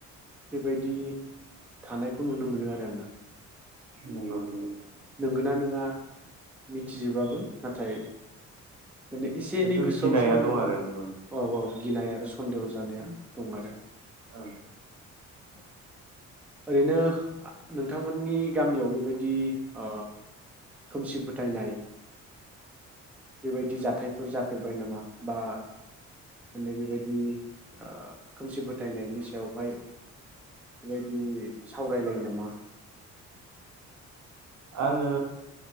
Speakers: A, in the centre; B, on the right.
A: बेबायदि थानायखौ नुनो मोनो आरो आङो।
B: नोंगौ नोंगौ।
A: नंगौना नङा मिथिजोबाबो नाथाय। माने एसे
B: खिन्थु
A: एनै गोसोआव
B: गिनाया
A: सन्देह
B: दं आरो
A: औ
B: नंगौ
A: औ। गिनाय आरो सन्देह जानाया दं आरो।
B: औ।
A: <inaudible> ओरैनो नोंथांमोननि गामियाव बेबायदि अ। खोमसि फोथायनाय। बेबायदि जाथायफोर जा। फेरबाय नामा बा। माने बेबायदि। <unintelligible> खोमसि फोथायनाय। फोथायनायनि सायावहाय बेबायदि। बिदि सावरायलायो नामा।
B: आङो